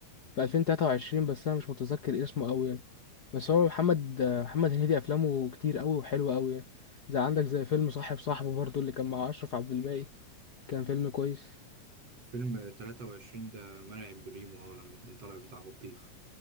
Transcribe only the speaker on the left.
في 2023 بس انا مش متذكر اسمه قوي يعني بس هو محمد محمد هنيدي افلامه كتير قوي وحلوه قوي يعني زي عندك
زي فيلم صاحب صاحبه برضو اللي كان مع اشرف عبد الباقي كان فيلم كويس